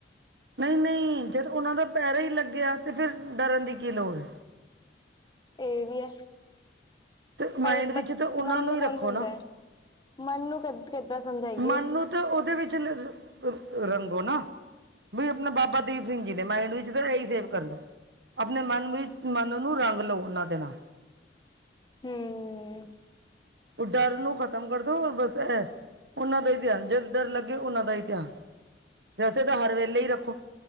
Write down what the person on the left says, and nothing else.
ਏ ਵੀ ਆ।
ਪਰ
ਬ
ਮਨ ਨੂੰ
ਕੌਣ
ਸਮਝਾਏ,
ਮਨ ਨੂੰ ਕਿ ਕਿੱਦਾਂ ਸਮਝਾਈਏ?
ਹਮ